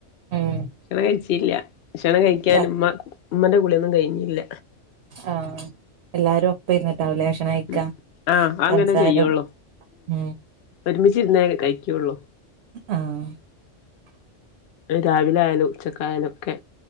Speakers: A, on the right; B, on the left.
A: ഉം
B: ഷണഴിച്ചില്ല ക്ഷണം കഴിക്കാൻ
A: ച
B: ഉമ്മ ഉമ്മന്റെ കുള്യോന്നും കഴിഞ്ഞില്ല
A: ആഹ് എല്ലാരും ഒപ്പര്ന്ന് രാവിലെ ഷണയ്ക്കാ
B: ഉം ആഹ് അങ്ങനെ
A: സംസാരം
B: ചെയ്യുള്ളൂ
A: ഉം
B: ഒരുമിച്ചിരുന്നേ കയിക്കുള്ളൂ
A: ആഹ്
B: രാവിലെ ആയാലും ഉച്ചക്കായാലും ഒക്കെ